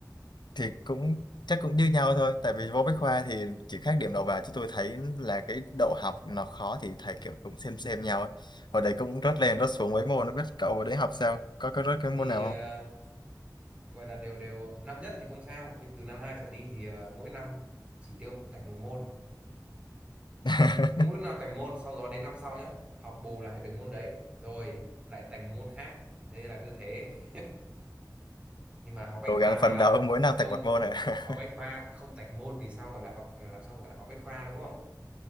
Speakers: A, on the left; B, on the right.
A: thì cũng chắc cũng như nhau thôi tại vì vô Bách Khoa thì chỉ khác
B: Ờ,
A: điểm đầu vào chứ tôi thấy là cái đậu học nó khó thì thầy kiểu cũng xem xem nhau ấy hồi đấy cũng rớt lên rớt xuống mấy môn nó biết cậu hồi đấy học sao có có rớt cái
B: thì
A: môn nào
B: ờ,
A: không
B: gọi là đều đều năm nhất thì không sao nhưng từ năm hai trở đi thì ờ, mỗi năm chỉ tiêu thành một môn
A: <laughs>
B: cứ mỗi năm tành môn sau đó đến năm sau nhá học bù lại được môn đấy rồi lại tành môn khác thế là cứ thế <laughs> nhưng mà học bách
A: cố
B: khoa
A: gắng
B: mà
A: phấn đấu mỗi năm
B: không
A: tạch một môn ạ
B: học
A: <laughs>
B: bách khoa không tành môn thì sao gọi là học à, làm sao gọi là học bách khoa đúng không